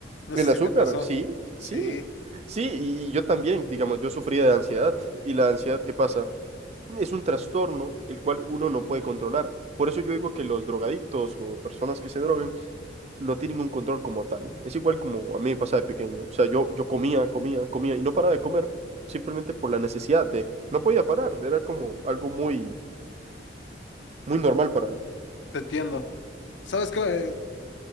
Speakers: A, on the left; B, on the right.
A: No
B: El
A: sé
B: azúcar,
A: si te pasó.
B: sí,
A: Sí,
B: sí, sí, y y yo también, digamos, yo sufría de ansiedad. ¿Y la ansiedad qué pasa? Es un trastorno el cual uno no puede controlar. Por eso yo digo que los drogadictos o personas que se drogan no tienen un control como tal. Es igual como a mí me pasa de pequeño. O sea, yo, yo comía, comía, comía y no paraba de comer simplemente por la necesidad de... No podía parar, era como algo muy, muy normal para mí.
A: te entiendo. ¿Sabes qué?